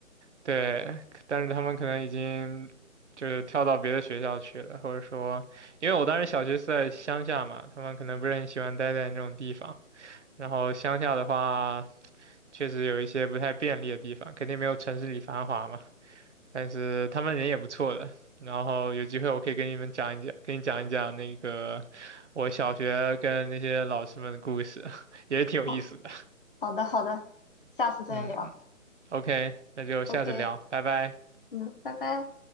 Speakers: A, on the right; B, on the left.
A: 对，但是他们可能已经就是跳到别的学校去了，或者说，因为我当时小学是在乡下嘛，他们可能不是很喜欢待在那种地方。然后乡下的话，确实有一些不太便利的地方，肯定没有城市里繁华嘛。但是他们人也不错的。然后有机会我可以跟你们讲一讲，跟你讲一讲那个我小学跟那些老师们的故事，<laughs> 也是挺有意思的。
B: 好，好的，好的，下次再聊。
A: 嗯，OK，那就下次聊，
B: OK，
A: 拜拜。
B: 嗯，拜拜。